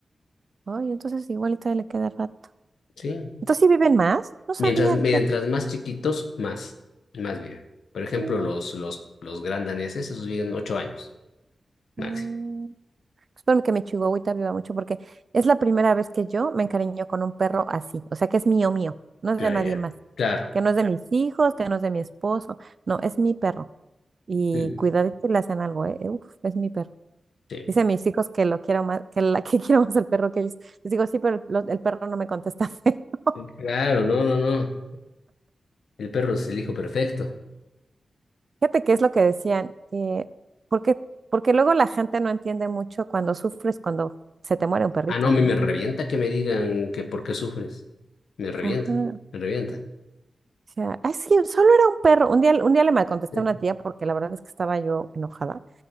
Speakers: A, on the right (about 60°); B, on the left (about 85°).
A: Ay, entonces igual y todavía le queda rato.
B: sí.
A: Entonces sí viven más. No sabía,
B: Mientras, mientras
A: fíjate.
B: más chiquitos, más, más viven. Por ejemplo,
A: Mm,
B: los, los, los gran daneses, esos viven 8 años, máximo.
A: mm. Espero que mi chihuahuita viva mucho porque es la primera vez que yo me encariño con un perro así, o sea que es mío, mío, no es
B: Ah,
A: de nadie
B: ya.
A: más,
B: Claro.
A: que no es de mis hijos, que no es de mi esposo, no, es mi perro. Y
B: Mm,
A: cuidadito y le hacen algo, ¿eh? Uf, es mi perro.
B: Sí.
A: Dicen mis hijos que lo quiero más, que la que <laughs> quiero más el perro que ellos. Les digo, sí, pero el, lo- el perro no me contesta. <laughs>
B: Claro, no, no, no. El perro es el hijo perfecto.
A: Fíjate que es lo que decían, eh, porque, porque luego la gente no entiende mucho cuando sufres, cuando se te muere un perrito,
B: Ah, no, me,
A: ¿no?
B: me revienta que me digan que por qué sufres. Me revienta,
A: Ajá.
B: me revienta.
A: O sea, "Ay, sí, solo era un perro. Un día, un día le malcontesté
B: Sí.
A: a una tía porque la verdad es que estaba yo enojada.